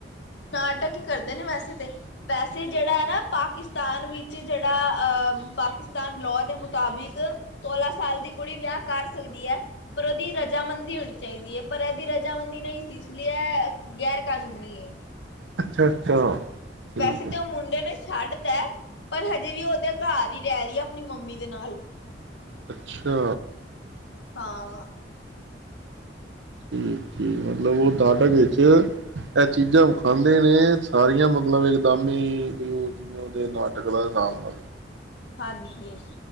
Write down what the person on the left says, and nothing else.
ਨਾਟਕ ਹੀ ਕਰਦੇ ਨੇ ਵੈਸੇ ਤੇ ਵੈਸੇ ਜਿਹੜਾ ਹੈ ਨਾ ਪਾਕਿਸਤਾਨ ਵਿੱਚ ਜਿਹੜਾ ਪਾਕਿਸਤਾਨ ਦੇ ਲਾਅ ਮੁਤਾਬਿਕ ਸੋਲਾਂ ਸਾਲ ਦੀ ਕੁੜੀ ਵਿਆਹ ਕਰ ਸਕਦੀ ਹੈ ਪਰ ਉਹਦੀ ਰਜਾਮੰਦੀ ਹੋਣੀ ਚਾਹੀਦੀ ਹੈ ਪਰ ਇਹਦੀ ਰਜਾਮੰਦੀ ਨਹੀਂ ਸੀ ਇਸ ਲਈ ਇਹ ਗੈਰ ਕਾਨੂੰਨੀ ਏ।
ਵੈਸੇ ਤੇ
ਉਹ ਮੁੰਡੇ ਨੇ ਛੱਡ ਤਾ ਪਰ ਹਜੇ ਵੀ ਉਹਦੇ ਘਰ ਹੀ ਰਹਿ ਰਹੀ ਹੈ ਆਪਣੀ ਮੰਮੀ ਦੇ ਨਾਲ।
ਹਾਂ।
ਹਾਂਜੀ